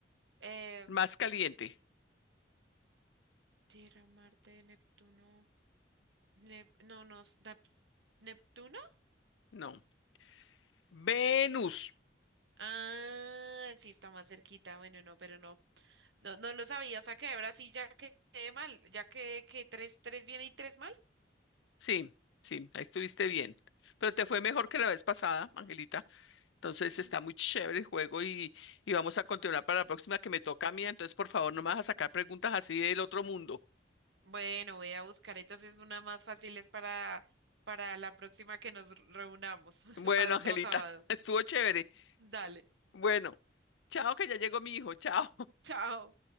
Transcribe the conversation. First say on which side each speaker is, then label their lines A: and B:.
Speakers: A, on the right (about 70°); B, on the left (about 80°).
A: Eh,
B: Más caliente.
A: Tierra, Marte, Neptuno. Nep- no, no, es Nap- ¿Neptuno?
B: No. Venus.
A: Ah, sí, está más cerquita. Bueno, no, pero no. No, no lo sabía. O sea que ahora sí ya quedé mal. Ya quedé que tres, tres bien y tres mal.
B: Sí, sí, ahí estuviste bien. Pero te fue mejor que la vez pasada, Angelita. Entonces
A: Mm.
B: está muy chévere el juego y, y vamos a continuar para la próxima que me toca a mí. Entonces, por favor, no me vas a sacar preguntas así del otro mundo.
A: Bueno, voy a buscar entonces una más fácil es para, para la próxima que nos reunamos, <laughs>
B: Bueno,
A: para el
B: Angelita,
A: otro sábado.
B: <laughs> estuvo chévere.
A: Dale,
B: Bueno, chao, que ya llegó mi hijo. Chao.
A: chao.